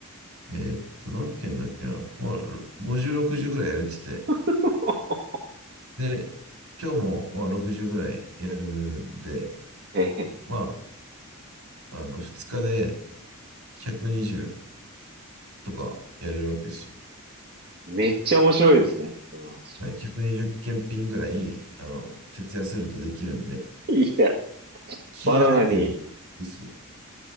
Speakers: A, on the right (about 85°); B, on the right (about 50°).
A: えーっと、何件だっけな。まあ、50、60ぐらいやれてて。
B: <laughs>
A: で、今日もまあ60ぐらいやるんで、
B: ええ、
A: まあ、あの、2日で120とかやれるわけですよ。
B: めっちゃ面白いですね、その話。
A: はい、120件ンぐらい、あの、徹夜するとできるんで、
B: いや、
A: 気合入ってるし、
B: バナナに、
A: い